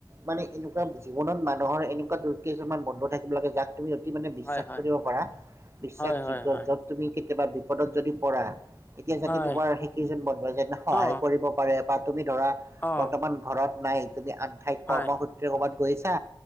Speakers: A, on the right (about 30°); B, on the left (about 25°).
A: মানে এনেকুৱা জীৱনত মানুহৰ এনেকুৱা দু কেইছমান বন্ধু থাকিব লাগে যাক তুমি অতি মানে বিশ্বাস
B: হয় হয়
A: কৰিব পাৰা বিশ্বাসযোগ্য
B: হয় হয় হয়
A: য'ত তুমি কেতিয়াবা বিপদত যদি পৰা তেতিয়া যাতে
B: হয়
A: তোমাৰ সেই কেইজন বন্ধু যে সহায়
B: অ
A: কৰিব পাৰে বা তুমি ধৰা
B: অ
A: বৰ্তমান ঘৰত নাই তুমি আন ঠাইত
B: হয়
A: কৰ্মসূত্ৰে কাবাত গৈছা